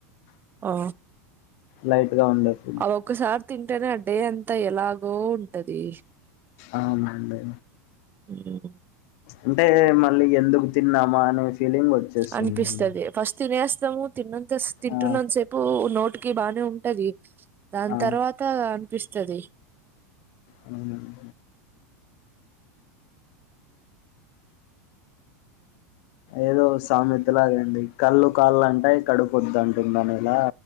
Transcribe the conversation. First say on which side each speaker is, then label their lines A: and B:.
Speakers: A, on the right; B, on the left.
A: ఆ
B: లైట్ గా ఉండెవి
A: అది ఒక్కసారి తింటేనే ఆ డే అంతా ఎలాగో ఉంటది
B: అవునండి
A: ఉమ్మ్
B: అంటే మళ్ళీ ఎందుకు తిన్నామా అనే ఫీలింగ్ వచ్చేస్తుందండి
A: అనిపిస్తది ఫస్ట్ తినేస్తాము తిన్నంత తింటున్నంత
B: ఆ!
A: సేపు నోటికి బానే ఉంటది దాని
B: ఆ!
A: తర్వాత అనిపిస్తది
B: అవును అండి ఏదో సామెతలాగండి కళ్ళు కావాలంటయి కడుపొద్దు అంటుంది అనేల